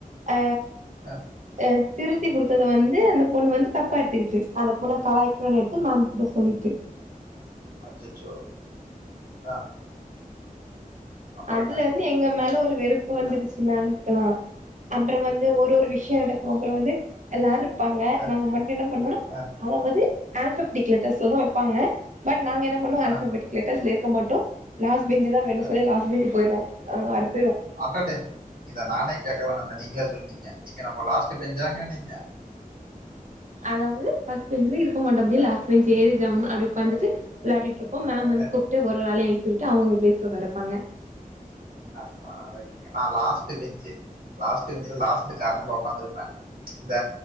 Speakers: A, on the right; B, on the right.
A: அ
B: ஆ
A: அ திருத்தி கொடுத்த வந்து அந்த பொண்ணு வந்து தப்பா எடுத்துக்கிட்டு அந்த பொண்ண கலாய்க்கி றோன்னு எடுத்து மேம்கிட்ட சொல்லிட்டு
B: அச்ச அச்சோ ஆ அப்புறம்
A: அதுல
B: என்னாச்சுங்க?
A: இருந்து எங்க மேல ஒரு வெறுப்ப வந்துடுச்சு மேம்க்கலா அப்பற வந்து
B: ஓ!
A: ஒரு ஒரு
B: அப்படி.
A: விஷய நடக்கும் அப்பற வந்து எல்லாரும் இருப்பாங்க
B: ஆ
A: நாங்க மட்டும் என்ன பண்ணோம்னா
B: ஆ
A: அதாவது ஆல்ஃபட்டிக்ா லெட்டர்ஸ் தா வைப்பாங்க பட் நாங்க என்ன பண்ணுவம் ஆல்ஃபட்டிக்ா
B: ஆ
A: லெட்டர்ஸ் இருக்க மாட்டும் லாஸ்ட்ஞ்சு தா வேணும்ன்னு
B: ஆ
A: பார்த்து ன சொல்லி லாஸ்ஞ்ச் போயிருவோ நாங்க ஆறு போயிடுவோ
B: அட்டாடே இத நானே கேக்குள்ளான்னு இருந்த நீங்களே சொல்லிட்டீங்க நீங்க நம்ம லாஸ்ட்ட் பெஞ்சாங்க நீங்க
A: அதாவது ஃபர்ஸ்ட் பெஞ்ச்ல இருக்க மாட்டோ அப்டியே
B: அ
A: லாஸ்ட் பெஞ் ஏறி ஜம்முனு அப்டி உக்காந்துட்டு விளயாட்டு இருப்போ மேம் வந்து
B: அ
A: கூப்ட்டு ஒருரளையு எழுப்பிட்டு அவங்க பிளேஸ்ல உக்கார. வைப்பாங்க
B: அ நான லாஸ்ட் பெஞ்சு லாஸ்டூ பெஞ்ச்ல லாஸ்ட் கார்னர் உக்காந்து இருப்ப இந்த